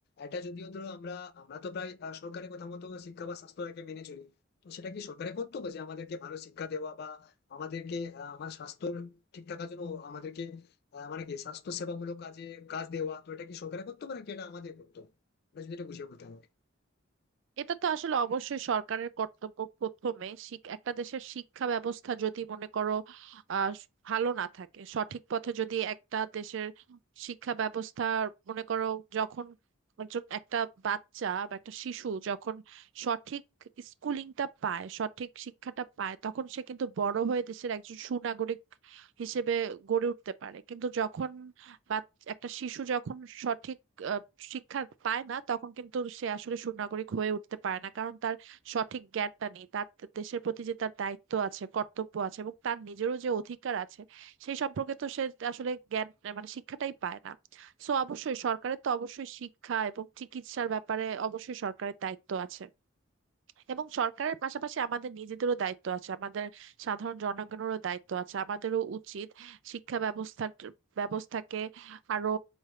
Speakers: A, on the left; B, on the right.
A: এটা যদিও ধরো আমরা আমরা তো প্রায় আহ, সরকারের কথা মতো শিক্ষা বা স্বাস্থ্যটাকে মেনে চলি তো সেটা কি সরকারের কর্তব্য যে আমাদেরকে ভালো শিক্ষা দেওয়া বা আমাদেরকে আহ, আমার স্বাস্থ্য ঠিক থাকার জন্য আমাদেরকে আহ, মানে কি স্বাস্থ্য সেবামূলক কাজে কাজ দেওয়া তো এটা কি সরকারের কর্তব্য নাকি এটা আমাদের কর্তব্য এটা যদি এটা বুঝিয়ে বলতে আমাকে
B: এটা তো আসলে অবশ্যই সরকারের কর্তব্য প্রথমে শিক- একটা দেশের শিক্ষা ব্যবস্থা যদি মনে করো আহ স- ভালো না থাকে সঠিক পথে যদি একটা দেশের শিক্ষা ব্যবস্থা মনে করো যখন একজন একটা বাচ্চা বা একটা শিশু যখন সঠিক স্কুলিংটা পায় সঠিক শিক্ষাটা পায় তখন সে কিন্তু বড় হয়ে দেশের একজন সুনাগরিক হিসেবে গড়ে উঠতে পারে কিন্তু যখন বাচ- একটা শিশু যখন সঠিক আহ, শিক্ষা পায় না তখন কিন্তু সে আসলে সুনাগরিক হয়ে উঠতে পারে না কারণ তার সঠিক জ্ঞানটা নেই তার দেশের প্রতি যে তার দায়িত্ব আছে কর্তব্য আছে এবং তার নিজেরও যে অধিকার আছে সেই সম্পর্কে তো সে আসলে জ্ঞান মানে শিক্ষাটাই পায় না সো অবশ্যই সরকারের তো অবশ্যই শিক্ষা এবং চিকিৎসার ব্যাপারে অবশ্যই সরকারের দায়িত্ব আছে এবং সরকারের পাশাপাশি আমাদের নিজেদেরও দায়িত্ব আছে আমাদের সাধারণ জনগণেরও দায়িত্ব আছে আমাদেরও উচিত শিক্ষা ব্যবস্থা ব্যবস্থাকে আরো